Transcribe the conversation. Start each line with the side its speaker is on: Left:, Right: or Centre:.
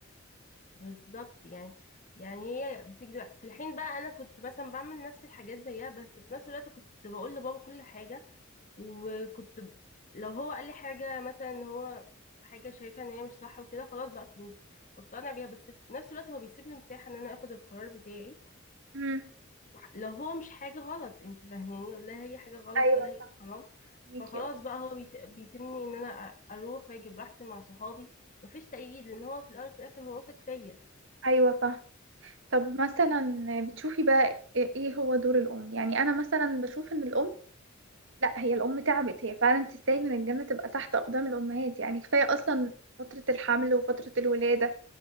Left: بالظبط يعني يعني هي بتكذب في الحين بقى انا كنت مثلا بعمل نفس الحاجات زيها بس في نفس الوقت كنت بقول لبابا كل حاجه وكنت ب- لو هو قال لي حاجه مثلا ان هو حاجه شايفه ان هي مش صح وكده خلاص بقى كنت بقتنع بيها بس في نفس الوقت هو بيسيبني مساحه ان انا اخد القرار بتاعي
Right: امم
Left: لو هو مش حاجة غلط انت فاهماني لا هي حاجة غلط
Right: ايوه
Left: ولا هي
Right: صح
Left: حرام
Right: ميكي
Left: فخلاص بقى هو بيس- بيسيبني ان انا أ- اروح واجي براحتي مع صحابي مفيش تأييد لان هو في الاول وفي الاخر هو واثق فيا
Right: ايوه فاهم طب مثلا بتشوفي بقى ايه إيه هو دور الام يعني انا مثلا بشوف ان الام لا هي الام تعبت هي فعلا تستاهل ان الجنه تبقى تحت اقدام الامهات يعني كفايه اصلا فتره الحمل وفتره الولاده